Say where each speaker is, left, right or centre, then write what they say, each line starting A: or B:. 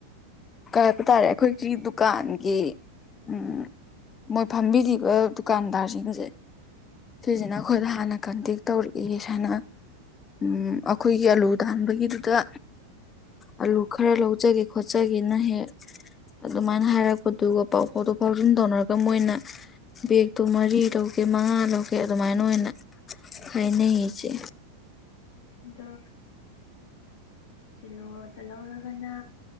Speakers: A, on the left; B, on the left.
A: ꯀꯩ ꯍꯥꯏꯕ ꯇꯥꯔꯦ ꯑꯩꯈꯣꯏꯒꯤ ꯗꯨꯀꯥꯟꯒꯤ ꯎꯝ ꯃꯣꯏ ꯐꯝꯕꯤꯔꯤꯕ ꯗꯨꯀꯥꯟꯗꯥꯔꯁꯤꯡꯁꯦ ꯁꯤꯁꯤꯅ ꯑꯩꯈꯣꯏꯗ ꯍꯥꯟꯅ ꯀꯟꯇꯦꯛ ꯇꯧꯔꯛꯑꯦ ꯁꯅ ꯎ ꯑꯩꯈꯣꯏꯒꯤ ꯑꯂꯨ ꯇꯥꯟꯕꯒꯤꯗꯨꯗ ꯑꯂꯨ ꯈꯔ ꯂꯧꯖꯒꯦ ꯈꯣꯠꯆꯒꯦꯅ ꯍꯦꯛ ꯑꯗꯨꯃꯥꯏꯅ ꯍꯥꯏꯔꯛꯄꯗꯨꯒ ꯄꯥꯎ ꯐꯥꯎꯗꯣꯛ ꯐꯥꯎꯖꯤꯟ ꯇꯧꯅꯔꯒ ꯃꯣꯏꯅ ꯕꯦꯒꯇꯣ ꯃꯔꯤ ꯂꯧꯒꯦ ꯃꯉꯥ ꯂꯧꯒꯦ ꯑꯗꯨꯃꯥꯏꯅ ꯑꯣꯏꯅ ꯍꯥꯏꯅꯩ ꯏꯆꯦ
B: ꯎꯗ ꯀꯤꯂꯣꯗ ꯂꯧꯔꯒꯅ